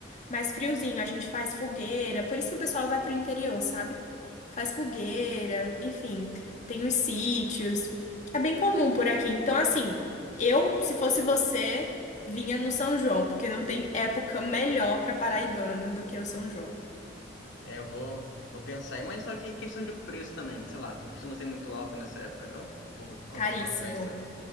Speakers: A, on the left; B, on the left.
A: Mais friozinho, a gente faz fogueira, por isso que o pessoal vai pro interior, sabe? Faz fogueira, enfim, tem os sítios. É bem comum por aqui. Então, assim, eu, se fosse você, vinha no São João, porque não tem época melhor pra paraibano do que o São João.
B: É, eu vou, vou pensar aí, mas só que questão de preço também, sei lá, não costuma ser muito alto nessa época, não? Por quando
A: Caríssimo.
B: tem uma festa.